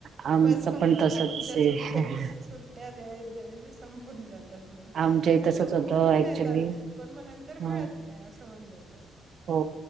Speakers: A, on the right (about 60°); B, on the right (about 35°).
A: आमचं
B: बसवून
A: पण
B: जातात
A: तसच
B: आमच्या
A: आहे
B: सुट्टे सुट्ट त्या ज जज संपून जातात मग
A: आमच्या
B: आणि
A: तसच
B: संपून
A: होतं
B: पण
A: ऍक्च्युली
B: नाही जात पण म नंतर
A: हं.
B: मिळत नाही असं होऊन जात.
A: हो